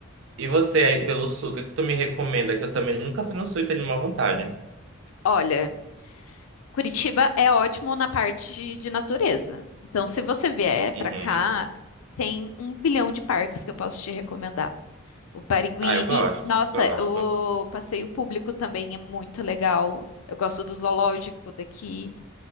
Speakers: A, on the right; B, on the left.
A: e você aí pelo sul, o que que tu me recomenda? Que eu também nunca fui no sul e tenho uma vontade.
B: Olha. Curitiba é ótimo na parte de de natureza. Então, se você vier
A: Uhum.
B: pra cá, tem um bilhão de parques que eu posso te recomendar. O Barigui
A: Ah, eu gosto,
B: e, nossa,
A: gosto.
B: o passeio público também é muito legal. Eu gosto do zoológico daqui.